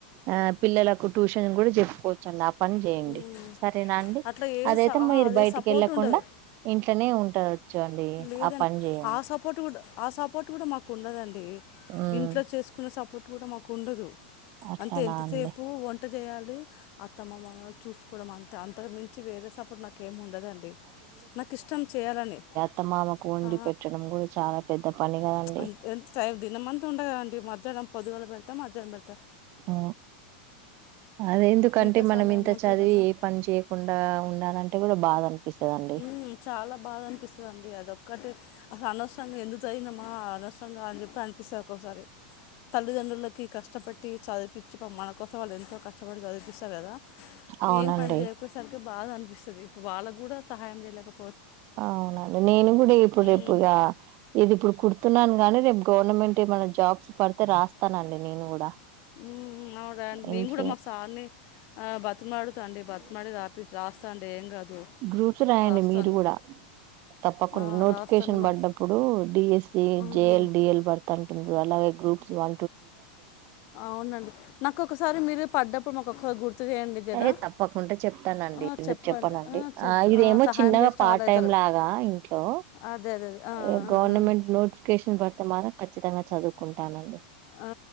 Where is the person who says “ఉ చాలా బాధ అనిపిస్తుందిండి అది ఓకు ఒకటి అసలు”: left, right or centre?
Left